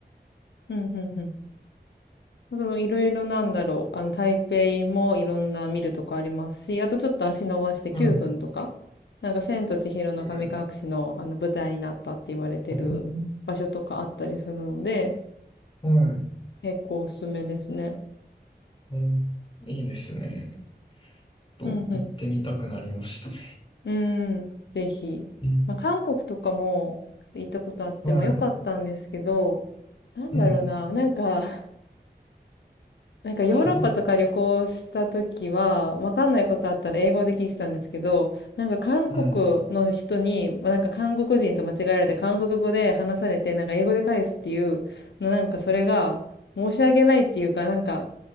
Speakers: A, on the left; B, on the left.
A: うんうんうん。そのいろいろなんだろう。あの、台北もいろんな見るとこありますし、あとちょっと足伸ばして9分とか、
B: うん。
A: なんか千と千尋の神隠しのあの舞台になったって言われてる場所とかあったりするので、
B: いうふうにうはい。
A: 結構おすすめですね。
B: うん、いいですね。ちょっと、
A: うんうん。
B: 行ってみたくなりましたね。
A: うーん、ぜひ。
B: うん。
A: まあ、韓国とかも行ったことあって、
B: はい。
A: まあ良かったんですけど、なんだろうな、
B: うん。
A: なんかなんかヨーロッパとか旅行した時は、
B: <laughs>
A: わかんないことあったら英語で聞いてたんですけど、なんか韓国の人に、
B: うん。
A: なんか韓国人と間違えられて韓国語で話されて、なんか英語で返すっていう、のなんかそれが申し訳ないっていうか、なんか